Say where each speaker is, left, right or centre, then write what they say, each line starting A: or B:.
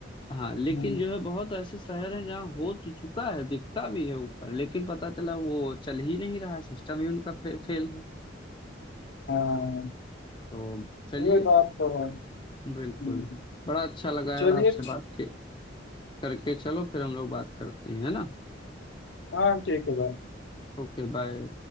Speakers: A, on the left; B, on the left.
A: हाँ लेकिन
B: हम्म,
A: जो है बहुत ऐसे शहर हैं जहाँ हो तो चुका है दिखता भी है ऊपर लेकिन पता चला वो चल ही नहीं रहा सिस्टम ही उनका फे, फेल है
B: हाँ
A: तो चलिए
B: ये बात तो है
A: बिल्कुल
B: हम्म,
A: बड़ा अच्छा लगा यार
B: चलिए
A: आपसे
B: ठी-
A: बात के करके चलो फिर हम लोग बात करते हैं है ना
B: हाँ ठीक है भाई
A: Okay bye